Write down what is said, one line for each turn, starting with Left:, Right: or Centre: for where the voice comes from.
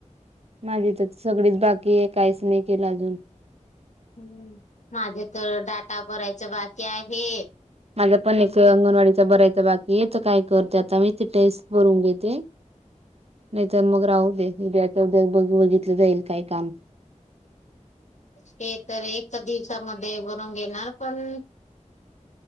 Right: माझी तर सगळीच बाक की काहीच नाही केलं अजून
Left: हम्म माझे तर डाटा भरायचं बाकी आहे
Right: माझ्या पण
Left: तुमचे
Right: एक अंगणवाडीच भरायचं बाकी याच काय करते आता मी ते टेस्ट करून घेते नाहीतर मग राहू दे च बघ बघितलं जाईल काही काम
Left: ते तर एक तर दिवसामध्ये बनवून घेणार पण